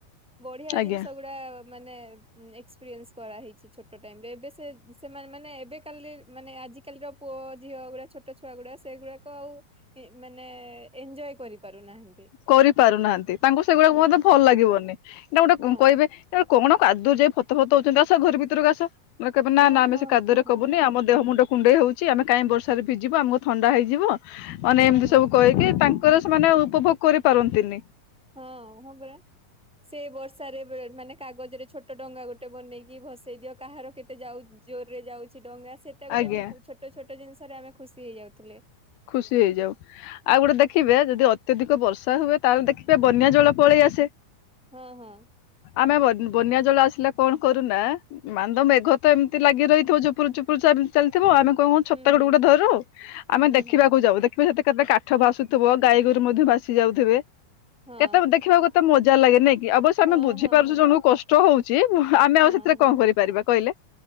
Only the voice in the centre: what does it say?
ବଢିଆ ଜିନିଷ
ଗୁଡା ମାନେ ଏକ୍ସପିରିଏନସ କରାହେଇଛି ଛୋଟ ଟାଇମ ରେ ଏବେ ସେ ସେମାନେ ମାନେ ଏବେ କାଲି ମାନେ ଆଜି କାଲିର ପୁଅ ଝିଅ ଗୁଡା ଛୋଟ ଛୁଆ ଗୁଡା ସେଗୁଡାକ ଆଉ ମାନେ ଏଞୟ କରିପାରୁନାହାନ୍ତି।
ହୁଁ
ହଁ
ହଁ
ହଁ
ହଁ
ହଁ
ହଁ
ହଁ ହଁ ପରା ସେ ବର୍ଷାରେ ମାନେ କାଗଜରେ ଛୋଟ ଡଙ୍ଗା ଗୋଟେ ବନେଇକି କି ଭସେଇ ଦିଅ କାହାର କେତେ ଯାଉ ଜୋରରେ ଯାଉଛି ଡଙ୍ଗା ସେଟା ଗୋଟେ
ଖୁ ଛ ଛୋଟ ଛୋଟ ଜିନିଷରେ ଆମେ ଖୁସି ହେଇଯାଉଥିଲେ।
ହଁ ହଁ।
ହୁଁ
ହୁଁ
ହୁଁ
ହଁ
ହଁ
ହଁ
ହଁ ହଁ।
ହଁ